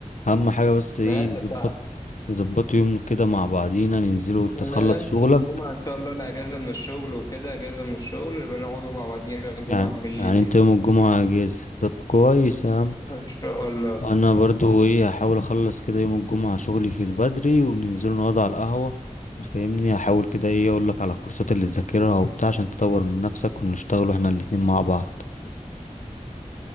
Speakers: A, on the left; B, on the left.
A: اهم حاجة بس ايه
B: ماشي يا
A: نظبط
B: صاحبي
A: نظبطوا يوم كده مع بعضينا ننزلوا وانت تخلص
B: ماشي
A: شغلك
B: الجمعة إن شاء الله أنا أجازة من الشغل وكده أجازة من الشغل يبقى نقعدوا مع بعضينا الجمعة
A: يعني
B: بالليل
A: يعني انت
B: كده
A: يوم الجمعة اجازة طب كويس يا عم
B: إن شاء الله
A: انا برضو ايه هحاول اخلص كده يوم الجمعة شغلي في البدري وننزلوا نقعد على القهوة فاهمني هحاول كده ايه اقولك على الكورسات اللي تذاكرها وبتاع عشان تطور من نفسك ونشتغلوا احنا الاتنين مع بعض